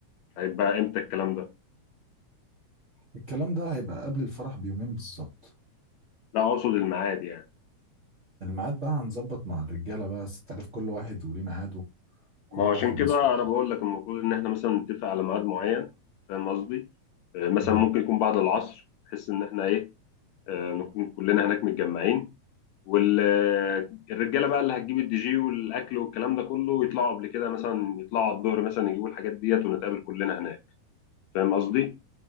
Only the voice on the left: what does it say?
هيبقى امتى الكلام ده
لا اقصد الميعاد يعني
ما هو
عشان كده
انا بقول لك المفروض ان احنا مثلا نتفق على ميعاد معين فاهم قصدي آه، مثلا
ممكن يكون بعد العصر بحيث ان احنا ايه آه، نكون كلنا هناك متجمعين والرجاله بقى اللي هتجيب الدي جي والاكل والكلام ده كله يطلعوا قبل كده مثلا يطلعوا على الظهر مثلا يجيبوا الحاجات ديت ونتقابل كلنا هناك فاهم قصدي